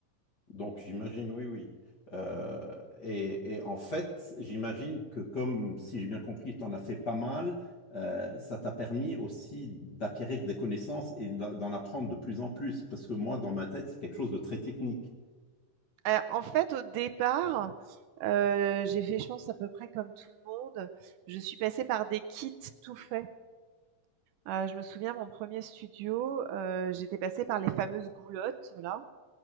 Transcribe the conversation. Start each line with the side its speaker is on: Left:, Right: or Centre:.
Left: Donc j'imagine, oui, oui. Euh, et, et en fait, j'imagine que comme, si j'ai bien compris, tu en as fait pas mal, euh, ça t'a permis aussi d'acquérir des connaissances et d'en d'en apprendre de plus en plus, parce que moi, dans ma tête, c'est quelque chose de très technique.
Right: Heu, en fait au départ, heu, j'ai fait je pense à peu près comme tout le monde, je suis passée par des kits tout faits. Heu, je me souviens mon premier studio, heu, j'étais passée par les fameuses goulottes là